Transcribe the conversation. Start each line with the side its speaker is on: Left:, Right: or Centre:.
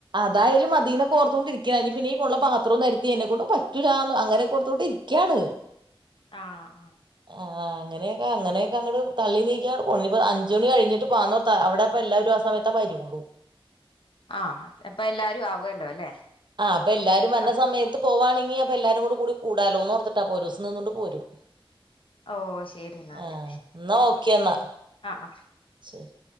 Right: അതായാലും മതീനെക്കോർത്തോണ്ടിരിക്ക പിന്നെ ഇനീപൊള്ള പാത്രം നിരത്തി എന്നെ കൊണ്ട് പറ്റൂല്ലാന്ന് അങ്ങനെക്കോർത്തോണ്ടിരി ക്യാണ്
Left: ആഹ് ആ
Right: ആഹ് അങ്ങനെക്കെ അങ്ങനെയൊക്കെ അങ്ങട് തള്ളി നീക്കിയാട് നിപ്പോ അഞ്ച് മണി കഴിഞ്ഞിട്ട് പാന്നോർ ത്ത അവിടെ അപ്പ എല്ലാരും ആ സമയേ വരുള്ളൂ
Left: ആഹ് അപ്പ എല്ലാരും ആവല്ലോ അല്ലെ?
Right: ആഹ് അപ്പ എല്ലാരും വര്ന്ന
Left: ആഹ്
Right: സമയത്ത് പോവാണെങ്കിൽ അപ്പൊ എല്ലാരും കോട് കൂടി കൂടാലോന്നോർത്തിട്ടാ അപ്പൊ ഒരൂസം നിന്നുകണ്ട് പോരും.
Left: ഓ ശരി എന്നാല്
Right: ആഹ് എന്നാ ഓക്കെ എന്നാ
Left: ആഹ് ആഹ്
Right: ശരി.